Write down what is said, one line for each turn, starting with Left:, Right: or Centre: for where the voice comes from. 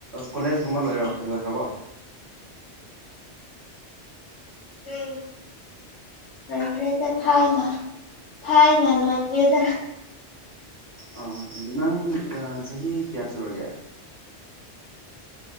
Right: ꯀꯣꯂꯦꯖꯒꯨꯝꯕ ꯂꯣꯏꯔꯤ ꯂꯣꯏꯈ꯭ꯔꯥꯕꯣ
Left: ꯔꯩ ꯂꯣꯢꯈ꯭ꯔꯦꯗ ꯊꯥꯏꯅꯦ ꯊꯥꯏꯅ ꯂꯣꯏꯈ꯭ꯔꯦꯗ
Right: ꯑ ꯅꯪ ꯆꯍꯤ ꯀꯌꯥ ꯁꯨꯔꯒꯦ